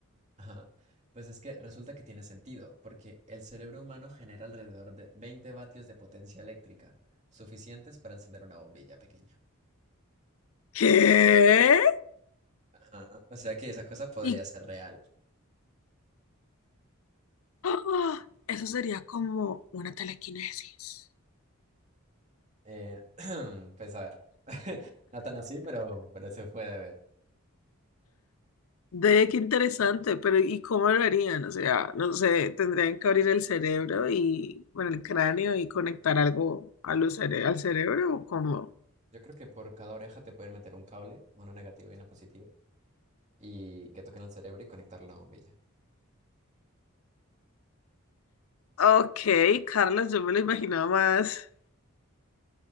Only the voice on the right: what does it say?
Ajá. Pues es que resulta que tiene sentido, porque el cerebro humano genera alrededor de 20 vatios de potencia eléctrica, suficientes para encender una bombilla pequeña.
Ajá. O sea que esa cosa podría
ser real.
Eh, <clears throat> pues a ver, no tan así, pero, pero se puede ver.
Yo creo que por cada oreja te pueden meter un cable, uno negativo y uno positivo, y que toquen el cerebro y conectarlo a una bombilla.